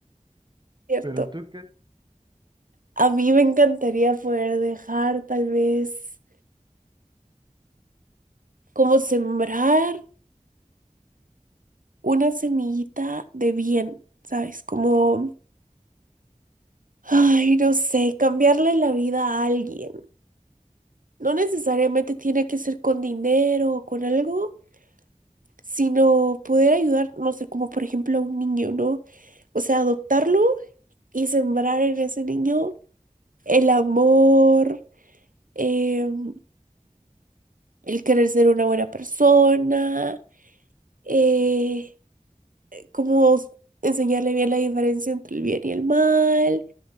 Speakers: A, on the right; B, on the right.
A: ¿Cierto?
B: pero tú qué, ok,
A: A mí me encantaría poder dejar tal vez como sembrar. una semillita de bien, ¿sabes? Como, ay, no sé, cambiarle la vida a alguien. No necesariamente tiene que ser con dinero o con algo, sino poder ayudar, no sé, como por ejemplo a un niño, ¿no? O sea, adoptarlo y sembrar en ese niño el amor, em, el querer ser una buena persona, eh, como enseñarle bien la diferencia entre el bien y el mal,